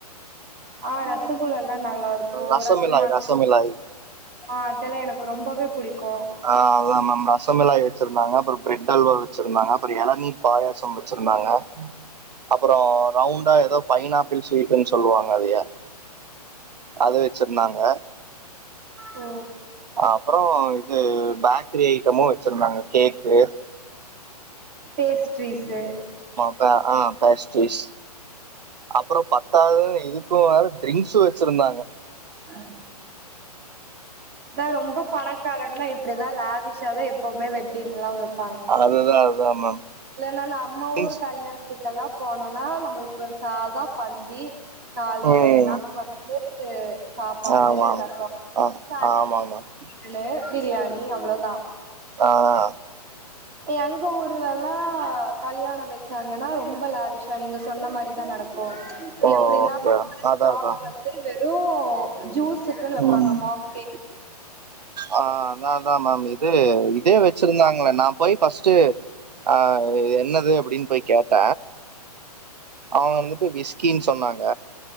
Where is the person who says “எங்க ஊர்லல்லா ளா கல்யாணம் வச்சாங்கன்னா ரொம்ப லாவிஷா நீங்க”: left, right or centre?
Right